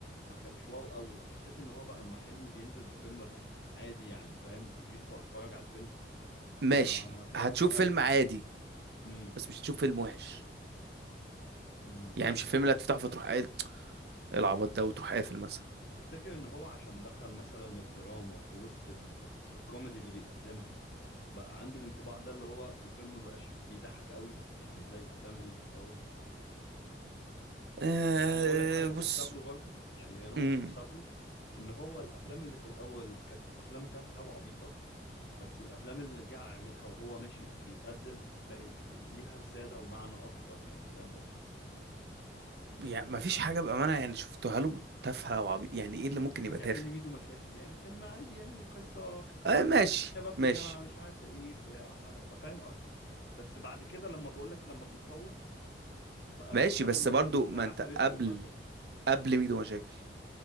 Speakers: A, on the left (about 60°); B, on the right (about 65°).
A: ما كانش واو قوي وحسيت ان هو بقى اما حلمي بينزل بفيلم ولا حاجة عادي يعني فاهم تيجي تف- تتفرج على الفيلم
B: ماشي
A: ما تلاقيهوش
B: هتشوف
A: قوي
B: فيلم عادي
A: امم
B: بس مش هتشوف فيلم وحش
A: امم
B: يعني مش الفيلم اللي هتفتحه فتروح قايل إيه العبط ده وتروح قافل مثلا
A: تفتكر ان هو عشان دخل مثلا الدراما في وسط ال... الكوميدي اللي بيقدمها بقى عندي الانطباع ده اللي هو الفيلم مبقاش بيضحك قوي يعني زي الافلام اللي في الاول
B: أه
A: يعني اقول لك حاجه
B: بص
A: تحسب له برضو يعني هي نقطه
B: مم.
A: تحسب له ان هو الافلام اللي في الاول كانت افلام تافهه وعبيطه بس الافلام اللي جه يعملها وهو ماشي بيتقدم بقت بت- ليها رساله ومعنى اكتر يعني فاهم قصدي
B: يعني ما فيش حاجة بأمانة يعني شفتها له تافهة أو عبيط يعني إيه اللي ممكن يبقى
A: يعني
B: تافه؟
A: فيلم ميدو مشاكل يعني فيلم عادي يعني قصه
B: آه ماشي
A: شباب في
B: ماشي
A: الجامعه مش عارفه ايه بتاع فاهم بس بعد كده لما بقول لك لما بيتطور بقى
B: ماشي
A: بيقدم
B: بس
A: مثلا
B: برضو ما
A: زي عسل
B: أنت
A: اسود
B: قبل
A: مثلا
B: قبل ميدو مشاكل